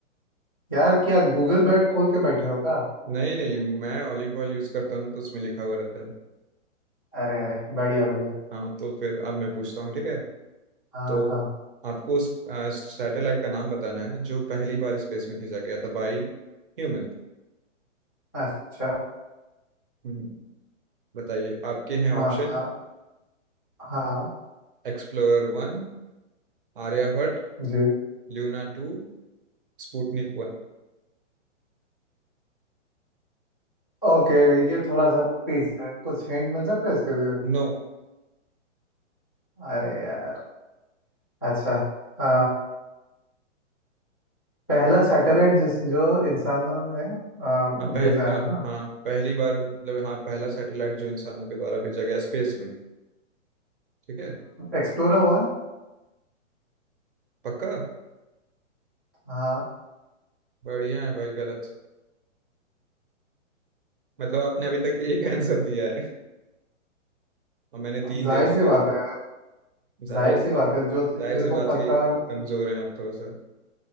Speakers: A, on the left; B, on the right.
A: यार क्या गूगल बैग खोल के बैठे हो क्या
B: नहीं नहीं मैं ऑलिव ऑयल यूज करता हूँ ना, तो उसमें लिखा हुआ रहता है
A: अरे अरे बढ़िया बढ़िया
B: हाँ तो फिर अब मैं पूछता हूँ ठीक है
A: हाँ
B: तो
A: हाँ
B: आपको उस सैटेलाइट का नाम बताना है जो पहली बार स्पेस में भेजा गया था बाई ह्यूमन
A: अच्छा
B: हम्म, बताइए आपके हैं option
A: हाँ हाँ
B: Explorer one Aryabhata
A: जी
B: Luna two Sputnik one
A: ओके ये थोड़ा सा पीस है कुछ हिंट मिल सकता है इसके लिए
B: No
A: अरे यार अच्छा आ, पहला सैटेलाइट जिस जो इंसानों ने आ,
B: हाँ पह,
A: भेजा
B: हाँ
A: है ना
B: हाँ पहली बार मतलब हाँ पहला सैटेलाइट जो इंसानों के द्वारा भेजा गया स्पेस में ठीक है
A: Explorer one
B: पक्का
A: हाँ
B: बढ़िया है भाई गलत मतलब आपने अभी तक एक आंसर दिया है और मैंने तीन
A: जाहिर
B: दे चुका
A: सी बात
B: है सर
A: है यार
B: जाहिर
A: जाहिर सी
B: सी
A: बात है जो चीज
B: जाहिर
A: मेरे
B: सी
A: को
B: बात
A: पता
B: है कि
A: नहीं
B: कमजोर
A: होगी तो-
B: हैं आप थोड़ा सा